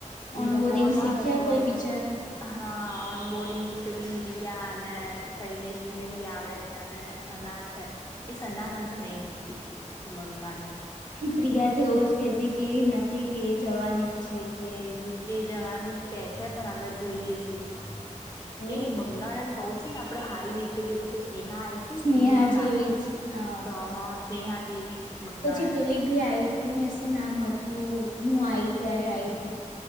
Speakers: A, on the left; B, on the left.
A: બીજા
B: ઓન બોરિંગ
A: કોલ
B: શીખ્યા
A: આવે કોલ
B: કોઈ બીજા
A: તો હા ઓન બોર્ડિંગ પેલી રિયા અને શૈલેષને બી આવડે. અને સના છે એ સના મને તો નઈ ગમતી હારી કુતરી બંગાળ
B: પ્રિયા તો એવું જ કેતી કે એ નથી કે એ જવાની જ છે કે એ કે એ
A: જવાનું જ કે છે પણ હવે જોઈએ શું છે
B: એવું
A: એ બંગાળન કવ છું ને આપડે હારી નઈ પેલી એક તો સ્નેહા આઈ હતી
B: સ્નેહા
A: ને એક
B: જેવી
A: આ
B: જ અ
A: તો હ સ્નેહા જેવી જ. બંગાળન
B: પછી પેલી ભી આઈ તી ને શું નામ હતું હું આઈ ત્યારે આઈ તી.